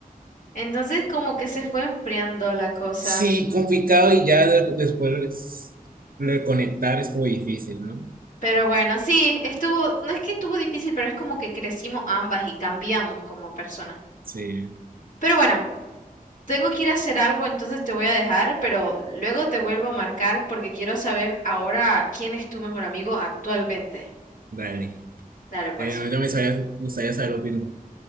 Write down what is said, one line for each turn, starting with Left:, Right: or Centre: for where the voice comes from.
Left: Entonces como que se fue enfriando la cosa.
Right: Sí, complicado y ya de- después reconectar es muy difícil, ¿no?
Left: Pero bueno, sí, estuvo, no es que estuvo difícil, pero es como que crecimos ambas y cambiamos como personas.
Right: Sí,
Left: Pero bueno, Tengo que ir a hacer algo, entonces te voy a dejar, pero luego te vuelvo a marcar porque quiero saber ahora quién es tu mejor amigo actualmente.
Right: dale.
Left: Dale pues.
Right: Ya, ya, ya me sabía- gustaría saber lo mismo.